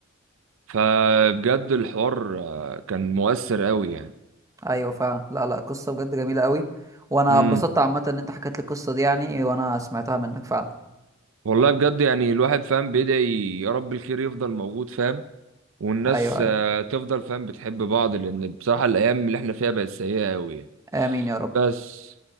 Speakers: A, on the right; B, on the right.
A: فبجد الحوار آه، كان مؤثر قوي يعني
B: ايوه فعلا لا لا قصه بجد جميله قوي وانا
A: امم
B: اتبسطت عامه ان انت حكيت لي القصه دي يعني وانا سمعتها منك فعلا
A: والله بجد يعني الواحد فاهم بيدعي يا رب الخير يفضل موجود فاهم والناس
B: ايوه ايوه
A: آه، تفضل فاهم بتحب بعض لان بصراحة الايام اللي احنا فيها بقت سيئة قوي يعني
B: امين يا رب
A: بس